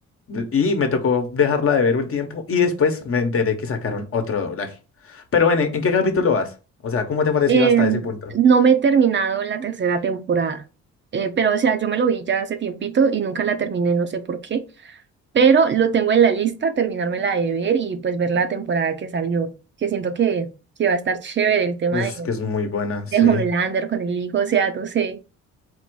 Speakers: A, on the left; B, on the right.
A: Y me tocó dejarla de ver un tiempo y después me enteré que sacaron otro doblaje. Pero bueno, ¿en, en qué capítulo vas? O sea, ¿cómo te ha parecido
B: Em,
A: hasta ese punto?
B: no me he terminado la tercera temporada, eh, pero o sea, yo me lo vi ya hace tiempito y nunca la terminé, no sé por qué. pero lo tengo en la lista, terminármela de ver y pues ver la temporada que salió, que siento que, que va a estar chévere el tema
A: Pues
B: de,
A: que es muy buena, sí.
B: de Homelander con el hijo, o sea, no sé,